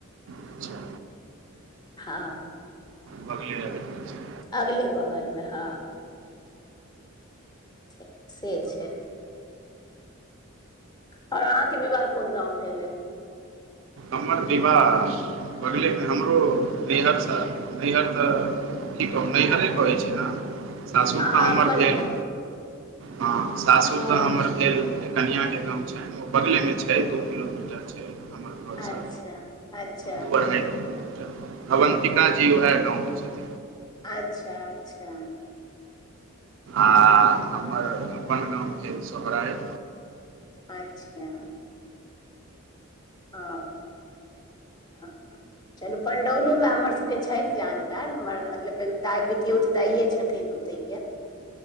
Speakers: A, on the right; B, on the left.
A: अच्छा
B: हां।
A: बगले-अगल मे छै।
B: अगले-बगल मे हां। छै से छै। और अहाँ के विवाह कुन गाँव भेल अय।
A: हमर विवाह बगले मे, हमरो नैयहर सँ नैयहर से कि कहु नैयहरे कहै छै ना। सासुर
B: अहाँ
A: तऽ हमर
B: अपन
A: भेल, हां सासुर
B: हँ
A: तऽ हमर भेल कनिया के गाम छैन, ओ बगले मे छै दू किलोमीटर छै हमर घर
B: अच्छा
A: से।
B: अच्छा
A: दु अढाई किलोमीटर अवन्तिका जी उहै गाँव के छैथ।
B: अच्छा-अच्छा।
A: आ
B: हँ,
A: हमर अपन गाम भेल सोहरारे।
B: अच्छा। अ, आ। चलु पंडौलो मे हमर सबके छैथ जानकार, हमर मतलब एगो दाय पितयोत दाइये छथिन। ओतय के।